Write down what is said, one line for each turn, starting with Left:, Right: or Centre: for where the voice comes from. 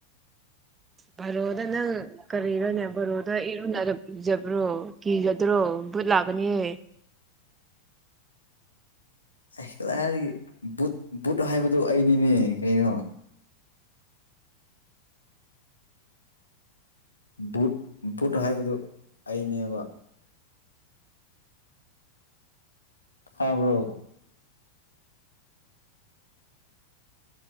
Right: ꯚꯔꯣꯗ ꯅꯪ ꯀꯔꯤꯔꯣꯅꯦ ꯚꯔꯣꯗ ꯏꯔꯨꯅ ꯖꯕ꯭ꯔꯣ ꯀꯤꯖꯗ꯭ꯔꯣ ꯕꯨꯠ ꯂꯥꯛꯀꯅꯤꯍꯦ
Left: ꯑꯩꯥꯏ ꯀꯗꯥꯏꯗꯒꯤ ꯕꯨꯠ ꯕꯨꯠ ꯍꯥꯏꯕꯗꯨ ꯑꯩꯅꯤꯅꯦ ꯀꯩꯅꯣ ꯕꯨꯠ ꯕꯨꯠ ꯍꯥꯏꯕꯗꯨ ꯑꯩꯅꯦꯕ ꯍꯥꯕ꯭ꯔꯣ